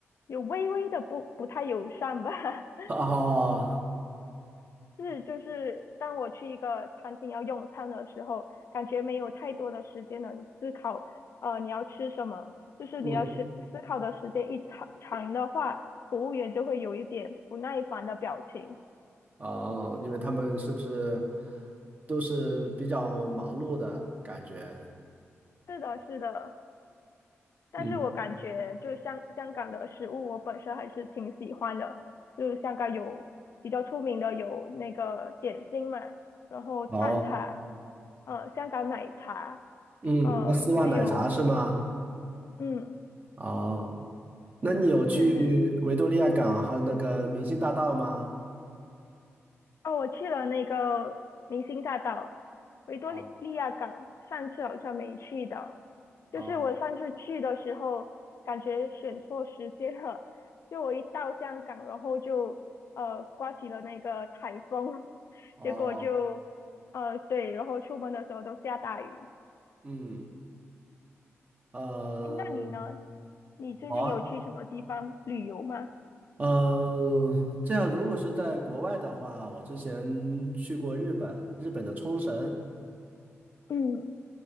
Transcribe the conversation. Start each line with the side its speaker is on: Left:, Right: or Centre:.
Left: 有微微的不不太友善吧。<laughs>
Right: 哦，
Left: 是，就是当我去一个餐厅要用餐的时候，感觉没有太多的时间能思考，呃，你要吃什么。就是你要思思考的时间一长长的话，
Right: 嗯，
Left: 服务员就会有一点不耐烦的表情。
Right: 哦，因为他们是不是都是比较忙碌的感觉？
Left: 是的，是的。但是我感觉就香香港的食物，
Right: 嗯，
Left: 我本身还是挺喜欢的。就是香港有比较出名的有那个点心嘛，然后蛋挞，
Right: 哦，
Left: 呃，香港奶茶，
Right: 嗯，
Left: 呃，
Right: 那丝袜奶茶是吗？
Left: 还有嗯。
Right: 哦，那你有去维多利亚港和那个明星大道吗？
Left: 是是是，哦，我去了那个明星大道、维多利亚港，
Right: 哦
Left: 上次好像没去到。
Right: 哦
Left: 就是我上次去的时候，感觉选错时间了。就我一到香港，然后就呃刮起了那个台风，<laughs>
Right: 哦，
Left: 结果就呃对，然后出门的时候都下大雨。
Right: 嗯，呃，
Left: 哎，那你呢？你最近有去什么地方旅游吗？
Right: 我呃，这样如果是在国外的话，我之前去过日本，日本的冲绳，
Left: 嗯，